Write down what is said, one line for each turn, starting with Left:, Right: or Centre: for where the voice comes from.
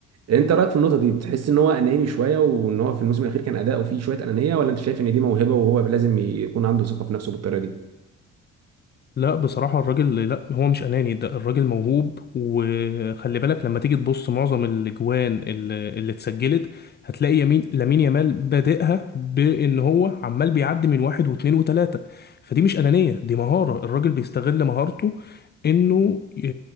Right: انت رايك في النقطه دي بتحس ان هو اناني شويه وان هو في الموسم الاخير كان اداؤه فيه شويه انانيه ولا انت شايف ان دي موهبه وهو لازم يكون عنده ثقه في نفسه بالطريقه دي
Left: لا بصراحة الراجل لا هو مش أناني ده الراجل موهوب وخلي بالك لما تيجي تبص معظم الأجوان اللي, اللي اتسجلت هتلاقي يمين لامين يامال بادئها بإن هو عمال بيعدي من واحد واتنين وتلاتة فدي مش أنانية دي مهارة الراجل بيستغل مهارته إنه ي-